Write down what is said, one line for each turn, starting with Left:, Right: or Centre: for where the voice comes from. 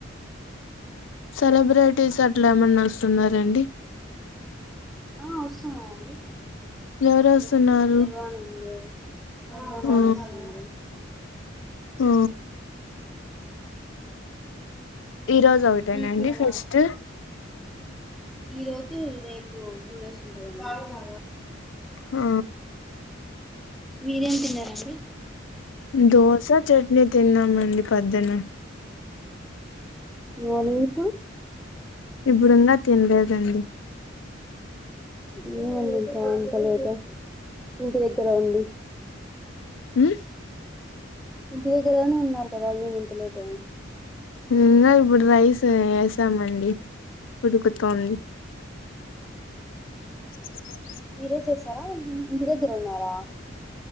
Left: సెలబ్రిటీస్ అట్లా ఏమన్నా వస్తున్నారండి?
Centre: ఆ వస్తున్నారండి
Left: ఎవరు
Centre: ఇదో
Left: వస్తున్నారు
Centre: శర్వానందు శర్వానంద్
Left: ఆ
Centre: వస్తుండు
Left: ఆ ఈ రోజు ఒకటేనా
Centre: మీకు
Left: అండి
Centre: ఎలా
Left: ఫెస్ట్
Centre: ఈ రోజు రేపు టూ డేస్ ఉంటదండి
Left: హా
Centre: మీరు ఏం తిన్నారండి?
Left: దోశ చట్నీ తిన్నామండి పొద్దున
Centre: నా నీకు
Left: ఇప్పుడు ఉన్నా తినలేదండి
Centre: ఏమో అండి ఇంకా ఇంత లేక ఇంటి దగ్గర ఉండి
Left: ఉ
Centre: ఇంటి దగ్గరనే ఉన్నారు కదా ఏమి ఇంతలేటు అయ్యింది
Left: ఇంకా ఇప్పుడు రైస్ వేసామండి ఉడుకుతోంది తుపాట్
Centre: మీరే చేసారా ఇంటి దగ్గర ఉన్నారా